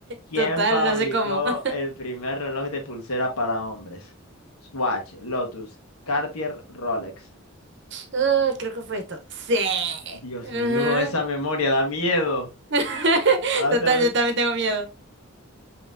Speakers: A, on the left (about 80°); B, on the right (about 55°).
A: ¿Quién
B: Total,
A: fabricó
B: no sé cómo. <laughs>
A: el primer reloj de pulsera para hombres? Swatch, Lotus, Cartier, Rolex.
B: Ah, creo que fue esto. Sí.
A: Dios
B: Ajá.
A: mío, con esa memoria da miedo.
B: <laughs>
A: A las
B: Total,
A: once de la noche.
B: yo también tengo miedo.